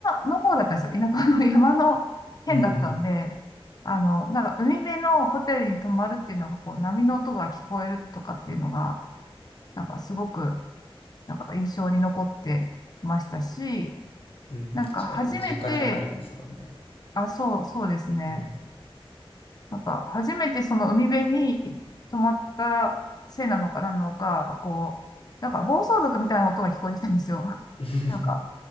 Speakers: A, on the left; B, on the left.
A: の方だったんですよ。田舎の <laughs> 山の県だったんで、
B: うん。
A: あの、なんか海辺のホテルに泊まるっていうのが、こう、波の音が聞こえるとかっていうのが、なんかすごく、なんか印象に残ってましたし、
B: うん、
A: なんか初めて、
B: 確かに身近じゃないですもんね。
A: あ、そう、そうですね。
B: うん
A: なんか初めてその海辺に泊まったせいなのか何なのか、こう、なんか暴走族みたいな音が聞こえてきたんですよ。
B: <laughs>
A: なんか、